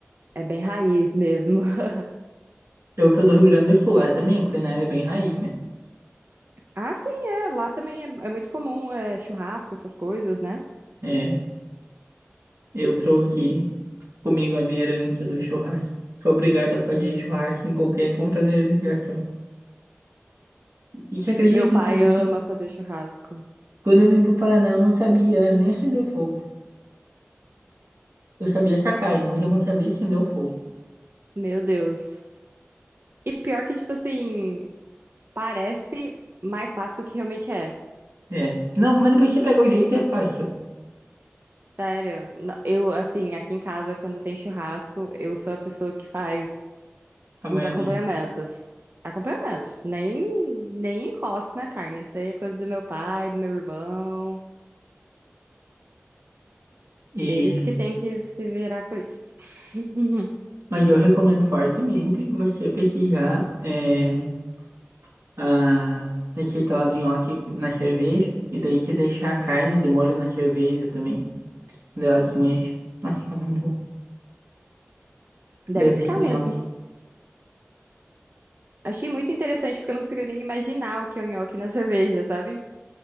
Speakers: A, on the right; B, on the right.
A: é bem raiz mesmo. <laughs>
B: Eu sou do Rio Grande do Sul, lá também a culinária é bem raiz, né?
A: Ah, sim, é. Lá também é, é muito comum é, churrasco, essas coisas, né?
B: É, eu trouxe
A: Uhum.
B: comigo a minha herança do churrasco. Sou obrigado a fazer churrasco em qualquer confraternização. E você acredita
A: Meu
B: que
A: pai
B: quando eu
A: ama
B: vim
A: fazer churrasco.
B: quando eu vim pro Paraná eu não sabia nem acender o fogo. Eu sabia essa carne, mas eu não sabia acender o fogo.
A: Meu Deus. E pior que, tipo assim, parece mais fácil do que realmente é.
B: É. Não, mas depois você pega o jeito é fácil,
A: Sério, na- eu, assim, aqui em casa, quando tem churrasco, eu sou a pessoa que faz
B: a maionese.
A: os acompanhamentos. Acompanhamentos, nem, nem encosto na carne. Isso aí é coisa do meu pai, do meu irmão.
B: E,
A: Eles que têm que se virar com isso. <laughs>
B: mas eu recomendo fortemente você pesquisar. é, a receita lá do nhoque na cerveja. E daí você deixa a carne de molho na cerveja também. Daí ela desmancha. Nossa, fica muito bom.
A: Deve
B: Daí
A: ficar
B: faz com
A: mesmo.
B: nhoque.
A: Achei muito interessante, porque eu não consigo nem imaginar o que é o nhoque na cerveja, sabe?